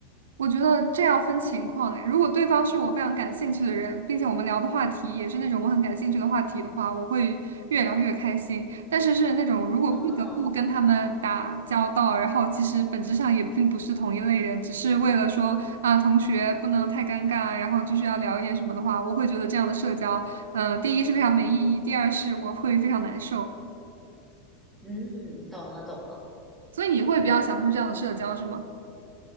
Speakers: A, on the right; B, in the centre.
A: 我觉得这要分情况哎，如果对方是我非常感兴趣的人，并且我们聊的话题也是那种我很感兴趣的话题的话，我会越聊越开心。但是是那种如果不得不跟他们打交道，
B: 啊，
A: 然后其实本质上也并不是同一类人，只是为了说啊同学不能太尴尬，然后就是要聊一点什么的话，我会觉得这样的社交，呃，第一是非常没意义，第二是我会非常难受。
B: 嗯，懂了懂了。
A: 所以你会比较享受这样的社交是吗？